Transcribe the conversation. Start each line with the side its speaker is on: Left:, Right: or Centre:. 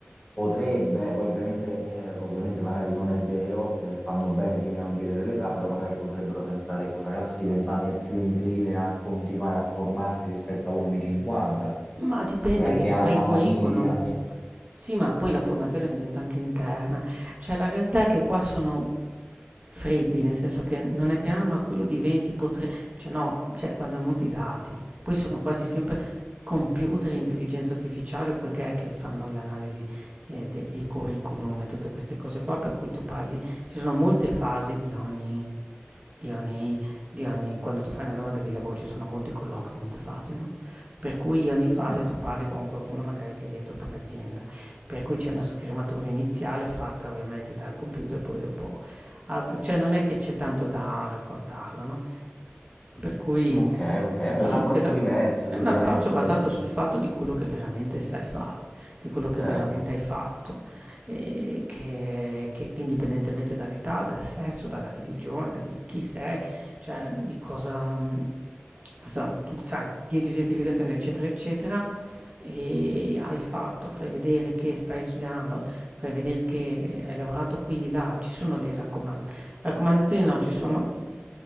Left: potrebbe, poi ovviamente, eh, ovviamente magari non è vero, eh, fanno bene quindi a non chiedere l'età, però magari potrebbero pensare che un ragazzo di 20 anni è più incline a continuare a formarsi rispetto a uno di 50,
Right: Ma dipende,
Left: magari
Right: vedi,
Left: che ha
Right: fai
Left: una
Right: il curriculum.
Left: famiglia, che...
Right: Sì, ma poi la formazione diventa anche interna. Cioè, la realtà è che qua sono freddi, nel senso che non è che, ah, ma quello di 20 potrebbe... Cioè, no, cioè, guardano molto i dati. Poi sono quasi sempre computer, intelligenza artificiale o quel che è che fanno l'analisi eh, de- dei curriculum e tutte queste cose qua, per cui tu parli... Ci sono molte fasi di ogni... Di ogni, di ogni, quando tu fai una domanda di lavoro ci sono molti colloqui, molte fasi, no? Per cui ogni fase
Left: Mm.
Right: tu parli con qualcuno magari che è dentro per l'azienda, per cui c'è una scrematura iniziale fatta ovviamente dal computer, poi dopo altro, cioè non è che c'è tanto da raccontarla, no? Per cui
Left: Ok, ok, beh,
Right: sì,
Left: un approccio
Right: c'è da-
Left: diverso
Right: è
Left: sicuramente
Right: un approccio
Left: poi,
Right: basato
Left: il-
Right: sul fatto di quello che veramente sai fare, di quello che
Left: certo.
Right: veramente hai fatto, e che, che indipendentemente dall'età, dal sesso, dalla religione, da chi, chi sei, cioè, di cosa mhmm, insomma, tu c'hai 10 certificazioni, eccetera, eccetera, e hai fatto, fai vedere che stai studiando, fai vedere che hai lavorato qui, là, ci sono le raccoman raccomandazioni no, ci sono